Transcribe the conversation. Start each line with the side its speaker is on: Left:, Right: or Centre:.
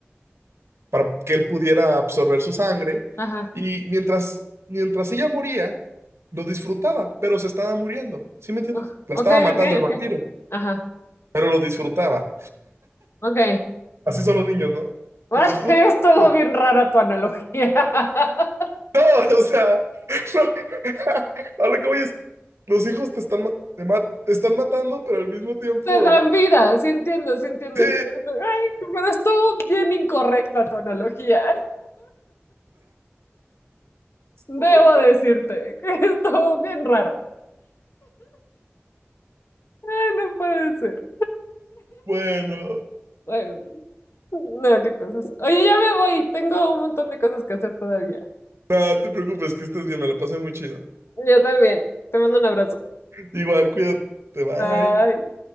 Right: para que él pudiera absorber su sangre.
Left: Ajá.
Right: Y mientras, mientras ella moría, lo disfrutaba, pero se estaba muriendo. ¿Sí me entiendes?
Left: Ugh,
Right: La estaba
Left: Ok,
Right: matando
Left: ok,
Right: el vampiro,
Left: ok. Ajá.
Right: pero lo disfrutaba.
Left: Ok.
Right: Así son los niños, ¿no?
Left: <laughs>
Right: Lo disfrutan.
Left: Estuvo
Right: pero-
Left: bien rara tu analogía. <laughs>
Right: No, <laughs> o sea, no. <laughs> A lo que voy es, los hijos te están, ma- te ma- te están matando, pero al mismo tiempo...
Left: Te dan
Right: <laughs>
Left: vida, sí entiendo, sí entiendo.
Right: Sí,
Left: Sí, sí. Ay, pero estuvo bien incorrecta tu analogía.
Right: disculpa.
Left: Debo decirte <laughs> que estuvo bien raro. Ay, no puede ser.
Right: Bueno.
Left: Bueno, no, qué cosas. Oye, ya me voy. Tengo un montón de cosas que hacer todavía.
Right: No no te preocupes, que estés bien, me la pasé muy chido.
Left: Yo también. Te mando un abrazo.
Right: Igual, cuídate, bye.
Left: Bye.